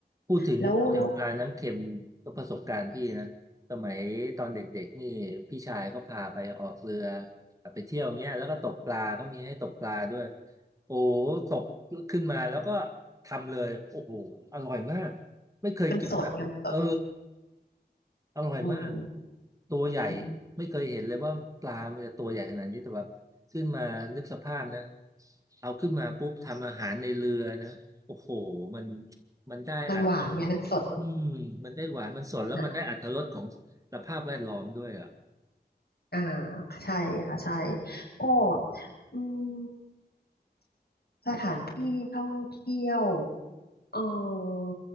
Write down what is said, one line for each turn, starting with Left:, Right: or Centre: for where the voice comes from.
Right: พูดถึงพูดถึงปลาน้ำเค็มก็ประสบการณ์พี่นะสมัยตอนเด็กๆนี่พี่ชายก็พาไปออกเรือ
Left: แล้วแล้ว
Right: ไปเที่ยวเงี้ยแล้วก็ตกปลาเขามีให้ตกปลาด้วยโอ้ตกขึ้นมาแล้วก็ทำเลยโอ้โหอร่อยมากไม่เคยกินแบบเออ
Left: มันสดไงมันสด
Right: อร่อยมาก
Left: อืม
Right: ตัวใหญ่
Left: อืม
Right: ไม่เคยเห็นเลยว่าปลามันจะตัวใหญ่ขนาดนี้แต่ว่าขึ้นมานึกสภาพนะเอาขึ้นมาปุ๊บทำอาหารในเรือนะโอ้โห มันมันได้อัตรส
Left: มันหวานไงมันสด
Right: อืมมันได้หวานมันสดแล้วมันได้อัตรสของสภาพแวดล้อมด้วยอ่ะ
Left: อ่ะอ่าใช่ค่ะใช่ก็อืม สถานที่ท่องเที่ยวเออ